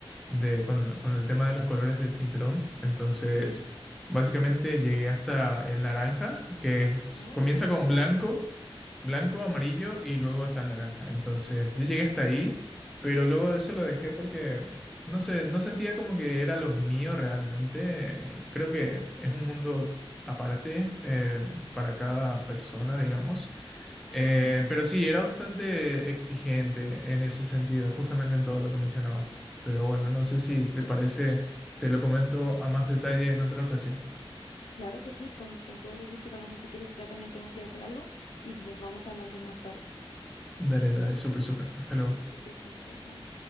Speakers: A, in the centre; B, on the left (about 80°).
A: de, con, con el tema de los colores del cinturón. Entonces,
B: sí,
A: básicamente llegué hasta el naranja, que es-
B: oh,
A: comienza con blanco blanco, amarillo y luego está el naranja. Entonces yo llegué hasta ahí, pero luego de eso lo dejé porque no sé, no sentía como que era lo mío realmente. Creo que es un mundo aparte eh, para cada
B: ok,
A: persona, digamos.
B: ajá,
A: Eh, pero sí, era bastante exigente en ese sentido, justamente en todo lo que mencionabas. Pero bueno,
B: ok.
A: no sé si te parece, te lo comento a más detalle en otra ocasión.
B: Claro que sí, con, con todo el gusto, Rolando, si quieres, yo también tengo que hacer algo y nos vamos hablando más tarde.
A: Dale, dale, súper, súper. Hasta luego.
B: Que estés bien, chao, chao.